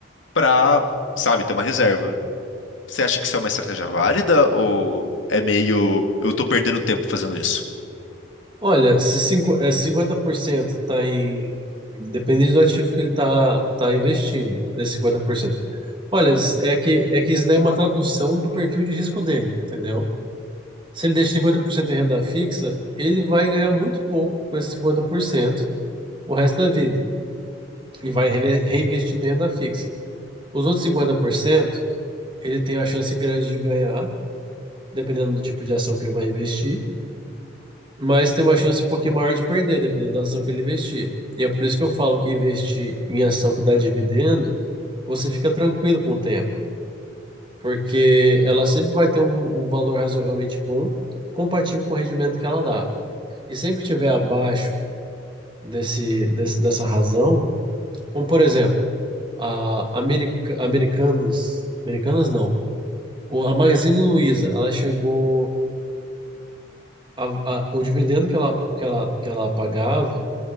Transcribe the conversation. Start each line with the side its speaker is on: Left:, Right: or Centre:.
Left: para, sabe, ter uma reserva. Você acha que isso é uma estratégia válida ou é meio eu tô perdendo tempo fazendo isso?
Right: Olha, se cinqu- é, 50% está em. Depende do ativo que ele está tá tá investindo, desse 50%. Olha, é que, é que isso daí é uma tradução do perfil de risco dele, entendeu? Se ele deixa 50% em renda fixa, ele vai ganhar muito pouco com esse 50% o resto da vida. E vai reve- reinvestindo em renda fixa. Os outros 50% ele tem a chance grande de ganhar, dependendo do tipo de ação que ele vai investir. mas tem uma chance um pouquinho maior de perder, dependendo da ação que ele investir. E é por isso que eu falo que investir em ação que dá dividendo, você fica tranquilo com o tempo, porque ela sempre vai ter um, um valor razoavelmente bom, compatível com o rendimento que ela dá. E sempre que tiver abaixo desse, desse- dessa razão, como por exemplo, a America, Americanas, Americanas não, O- a Magazine Luiza, ela chegou, a- a- o dividendo que ela, que ela, que ela pagava